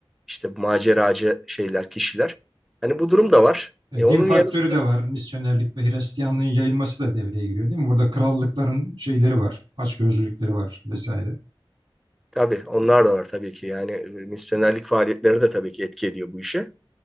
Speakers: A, in the centre; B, on the right.
A: İşte bu maceracı şeyler, kişiler. Hani bu durum da var.
B: E,
A: E, onun
B: din faktörü
A: yanı sıra
B: de var. Misyonerlik ve Hristiyanlığın yayılması da devreye giriyor değil mi? Burada krallıkların şeyleri var. Açgözlülükleri var vesaire.
A: tabii onlar da var tabii ki yani e, misyonerlik faaliyetleri de tabii ki etki ediyor bu işe.